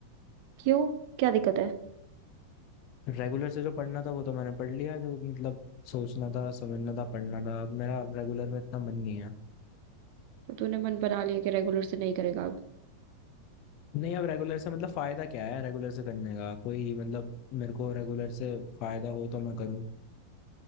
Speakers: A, on the right (about 45°); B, on the left (about 40°).
A: क्यों क्या दिक्कत है
B: रेगुलर से जो पढ़ना था वो तो मैंने पढ़ लिया जो मतलब सोचना था समझना था पढ़ना था अब मेरा रेगुलर में इतना मन नहीं है
A: तो तूने मन बना लिया कि रेगुलर से नहीं करेगा अब
B: नहीं अब रेगुलर से मतलब फायदा क्या है रेगुलर से करने का कोई मतलब मेरे को रेगुलर से फायदा हो तो मैं करूँ